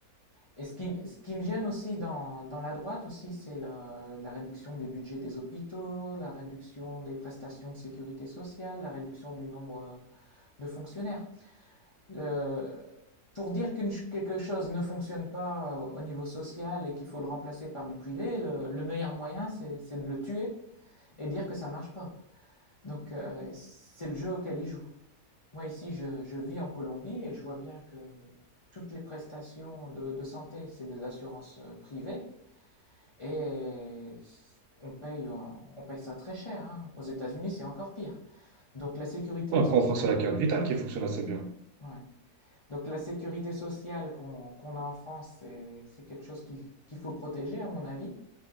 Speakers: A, on the left (about 40°); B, on the right (about 85°).
A: Et ce qui, ce qui me gêne aussi dans, dans la droite aussi, c'est la, la réduction des budgets des hôpitaux, la réduction des prestations de sécurité sociale, la réduction du nombre euh, de fonctionnaires. Le- pour dire qu'une quelque chose ne fonctionne pas euh, au niveau social et qu'il faut le remplacer par du privé, le, le meilleur moyen, c'est c'est de le tuer et dire que ça marche pas. Donc euh, c'est le jeu auquel ils jouent. Moi ici, je, je vis en Colombie et je vois bien que toutes les prestations de, de santé, c'est des assurances euh, privées. Et on paye, en- on, paye ça très cher, hein. Aux États-Unis, c'est encore pire. Donc la sécurité
B: Après,
A: sociale,
B: on pense à la carte vitale qui fonctionne assez bien.
A: ouais. Donc la sécurité sociale qu'on qu'on a en France, c'est c'est quelque chose qui- qu'il faut protéger, à mon avis.